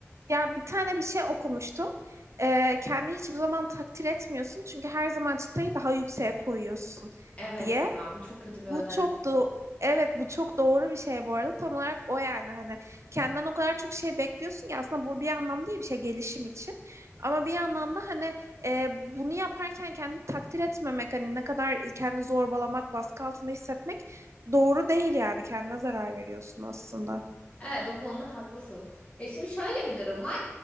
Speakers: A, on the right (about 75°); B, on the left (about 25°).
A: Ya bir tane bir şey okumuştum. Ee, kendini hiçbir zaman takdir etmiyorsun. Çünkü her zaman çıtayı daha yükseğe koyuyorsun
B: Evet
A: diye.
B: ya bu çok kötü
A: Bu
B: bir özellik.
A: çok da evet bu çok doğru bir şey bu arada. Tam olarak o yani hani kendinden o kadar çok şey bekliyorsun ki aslında bu bir anlamda iyi bir şey gelişim için. Ama bir yandan da hani e, bunu yaparken kendini takdir etmemek hani ne kadar kendini zorbalamak, baskı altında hissetmek doğru değil yani kendine zarar veriyorsun aslında.
B: Evet o konuda haklısın. Ya şimdi şöyle bir durum var.